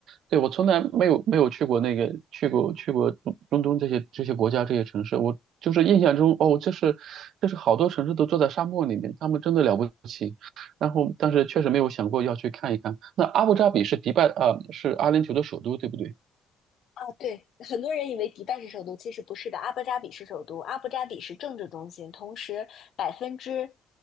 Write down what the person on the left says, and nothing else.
对，很多人以为迪拜是首都，其实不是的。阿布扎比是首都，阿布扎比是政治中心，同时百分之